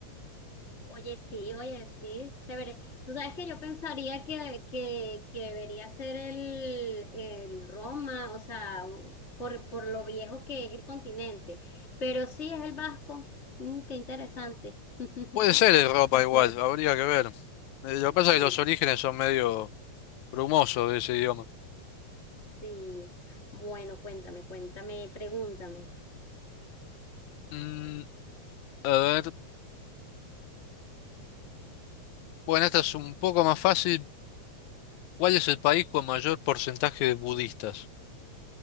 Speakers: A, on the left; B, on the left.
A: Oye, sí, oye, sí, chévere. Tú sabes que yo pensaría que, que, que debería ser el, el Roma, o sea, por, por lo viejo que es el continente, pero sí es el vasco. Mm, qué interesante. <laughs>
B: Puede ser el Europa
A: Hacer,
B: igual, habría que ver. Eh, Lo que pasa
A: sí,
B: es que los orígenes son medio brumosos de ese idioma.
A: sí. Bueno, cuéntame, cuéntame, pregúntame.
B: Mm, a ver, bueno, esta es un poco más fácil. ¿Cuál es el país con mayor porcentaje de budistas?